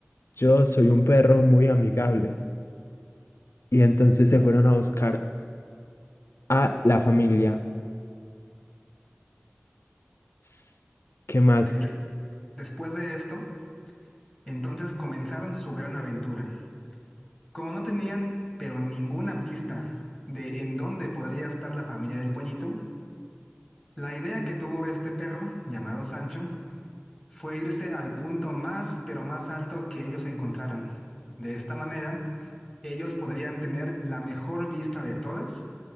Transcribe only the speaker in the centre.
Ok, des- después de esto, Entonces comenzaron su gran aventura. Como no tenían, pero ninguna pista de en dónde podría estar la familia del pollito, la idea que tuvo este perro, llamado Sancho, fue irse al punto más, pero más alto que ellos encontraran. De esta manera, ellos podrían tener la mejor vista de todas